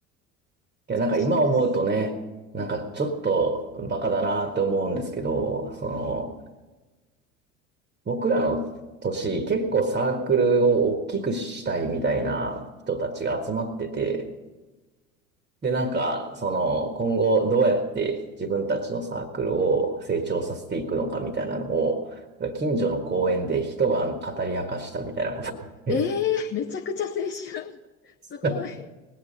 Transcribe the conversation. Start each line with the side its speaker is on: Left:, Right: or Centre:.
Right: いや、
Left: 懐かしいです。
Right: なんか今思うとね、なんかちょっとバカだなって思うんですけど、その、僕らの年、結構サークルを大きくしたいみたいな人たちが集まってて、で、なんか、その、今後どうやって自分たちのサークルを成長させていくのかみたいなのを、近所の公園で一晩語り明かしたみたいなことがあって、
Left: ええーめちゃくちゃ青春。すごい。
Right: <laughs>